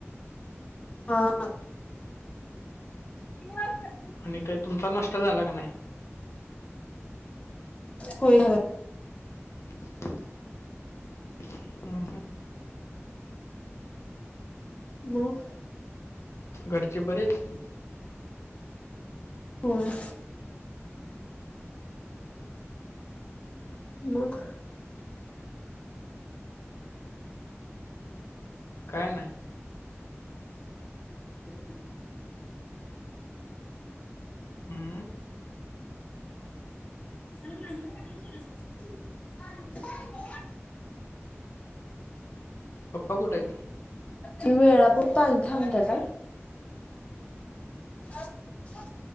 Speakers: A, on the left; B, on the left.
A: हा या
B: आणि काही तुमचा नष्ट झाला का नाही
A: होय झा
B: <inaudible> हम् हम
A: मग
B: घरचे बरेच
A: होर मग
B: काय नाही
A: ह
B: हम्म
A: माझ्या <unintelligible>
B: पप्पा कुठं येत
A: तेळा पू पाल थांबते का ह